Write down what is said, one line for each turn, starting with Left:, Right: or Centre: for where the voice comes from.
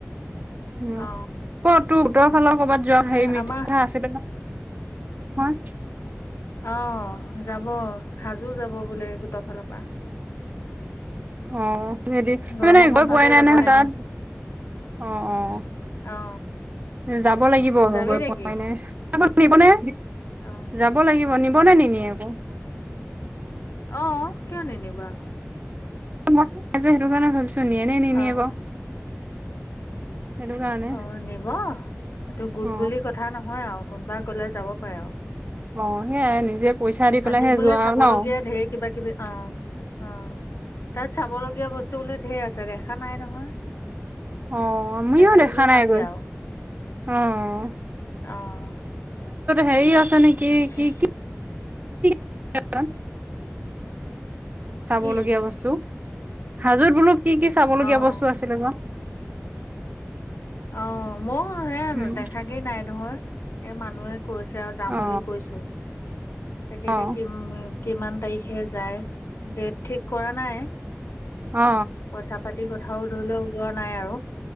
Right: উম
Left: অ
Right: কত তোৰ উত্তৰ ফালৰ কৰবাত হেৰি
Left: এ
Right: মি
Left: আমাৰ
Right: কথা লিখা আছিল দেখোঁন। হা
Left: আহ যাব সাজো যাব বোলে গোটৰ ফালৰ পৰা।
Right: অঁহ হেতি
Left: গৰমৰ
Right: মানে গয়
Left: বন্ধতে
Right: পোৱাই নাই
Left: যাব
Right: নহয়
Left: হেনো
Right: তাঁত অহঁ অহঁ
Left: অ
Right: যাব লাগিব
Left: যাবি
Right: গৈ
Left: নেকি
Right: পোৱা নাই মোক নিব নে।
Left: অ
Right: যাব লাগিব নিব নে নিনিয়ো আকৌ
Left: আহ কিয় নি নিবা।
Right: মই আ সেইটো কাৰণে ভাবিছো নিয়ে নে নিনিয়ে
Left: অ
Right: বাৰু। সেইটো কাৰণে
Left: অ নিব এইটো গোট
Right: অ
Left: বুলি কথা নহয় আৰু কোনোবা গলে যাব পাৰে আৰু।
Right: অ সেইয়াই নিজে পইচা দি
Left: হাজোত
Right: পেলাইহে
Left: বোলে
Right: যোৱা
Left: চাবলগীয়া
Right: আৰু নহঁ
Left: ঢেৰ কিবা কিবি অ অ তাত চাবলগীয়া বস্তু বোলে ধেৰ আছে দেখা নাই নহয়।
Right: অঁ মমিও
Left: তাকে
Right: দেখা
Left: বোলো
Right: নাই
Left: চামগে
Right: গৈ
Left: আৰু
Right: অত।
Left: অ',
Right: হেৰি হৈছে নেকি
Left: তাকে
Right: কি কি <unintelligible> চাবলগীয়া
Left: কি
Right: বস্তু হাজুত বোলো কি কি চাবলগীয়া
Left: অ',
Right: বস্তু আছিলে ব
Left: অ মই সে
Right: উম
Left: দেখাগেই নাই নহয় এই মানুহে কৈছে আৰু যাম
Right: অ
Left: বুলি কৈছোঁ। তাকে
Right: অ
Left: এতিয়া কিম কিমান তাৰিখে যায়। ডেট ঠিক কৰা নাই
Right: অ
Left: পইচা পাতি যি কথাওঁ ধৰি লওঁ ওলোৱা নাই আৰু